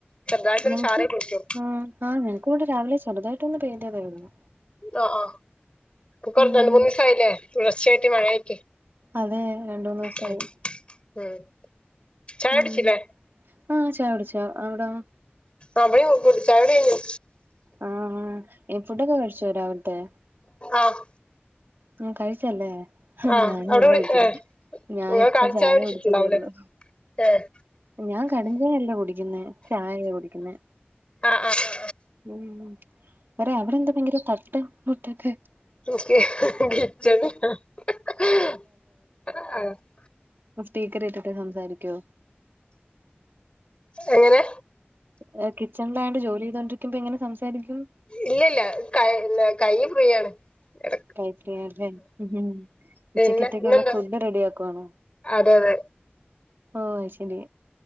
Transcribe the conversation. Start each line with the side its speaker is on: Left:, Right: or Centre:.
Left: ചെറുതായിട്ടൊന്ന്
Right: ഞങ്ങക്ക്
Left: ചാറി പിടിച്ചു
Right: ആ ആ് ഞങ്ങക്കക്ക് ഇവിടെ രാവിലെ ചെറുതായിട്ട് ഒന്ന് പൈതതെ ഉള്ളു
Left: ആഹ ആഹ് നക്ക <unintelligible>
Right: ഉം
Left: റ രണ്ട മൂന്ന് ദിവസ ആയില്ലേ തുട ർച്ചായിട്ട് മഴയായിട്ട്
Right: അതെ രണ്ട മൂന്ന് ദിവസ
Left: ഉം
Right: ആയി
Left: ഉം ചായ
Right: ഉഹ്
Left: കുടിച്ചില്ലേ
Right: മ് ആഹ ചായട്ച അവിടാ.
Left: അ വീടിം കുടി ചായുടിയഴിഞ്ഞു.
Right: ആഹ് ഏ ഫുഡൊക്കെ കഴിച്ചു രാവിലത്തെ
Left: ആഹ്
Right: ഉം കഴിച്ചല്ലേ ഹാ
Left: ആഹ്
Right: ഞാൻ
Left: അവിടെ
Right: എന്തഴി
Left: കുടി
Right: <unintelligible> ച്ചില്ല
Left: ഏഹ്
Right: ഞാൻ
Left: ഇങ്ങള്
Right: ഇപ്പം
Left: കാലിചായ
Right: ചായ
Left: കുടിച്ചിട്ടുണ്ടാവൂലേ
Right: കുടിച്ചതേയുള്ളു.
Left: ഏഹ്
Right: ഞാൻ കട്ടൻ <unintelligible> ചായ അല്ല കുടിക്കുന്നേ ചായയ കുടിക്കുന്നേ.
Left: ആ ആ <unintelligible>
Right: മ് മ് ര അവിടെ എന്താ ഭയങ്കര തട്ട് മുട്ടൊക്കെ? <unintelligible>
Left: <unintelligible> കിച്ചൺലാ <unintelligible>
Right: മ് സ്പീക്കറീട്ടിട്ട് സംസാരിക്കോ?
Left: എങ്ങനെ?
Right: ഏഹ് കിച്ചണിലായോണ്ട് ജോലി ചെയ്തോണ്ടിരിക്കുമ്പോ എങ്ങനെ സംസാരിക്കും?
Left: ഇല്ലല്ല പിന്നെ കൈ ഫ്രീയാണ്. എട
Right: കൈഫ്രീയാല്ലേ ഉം
Left: പിന്നെ
Right: ഉച്ചക്കത്തേക്കുള്ള
Left: പിന്നെന്താ?
Right: ഫുഡ് റെഡി ആക്കുവാണോ
Left: അതെ അതെ
Right: ഒ ഓ അയ്ശരി.